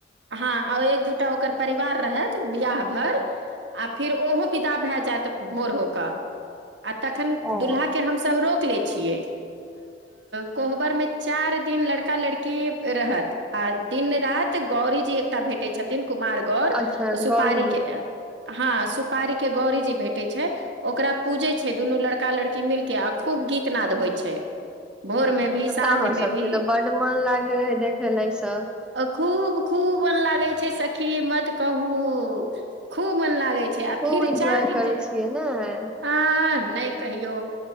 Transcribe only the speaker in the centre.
ओ
अच्छा
गौरीजी
ओ
ततय
अहाँसभके
तऽ बड्ड मोन लागैत रहै देखय ल इसभ
खूब
एन्जॉय
करै
छियै ने ह <unintelligible>